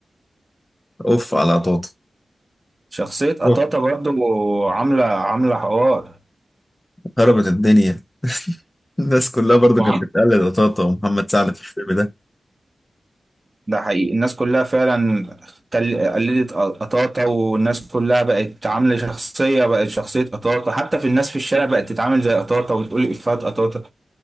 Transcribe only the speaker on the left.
اوف على طاطا
أوف،
خربت الدنيا الناس كلها برضو
كانت بتقلد طاطا ومحمد سعد في الفيلم ده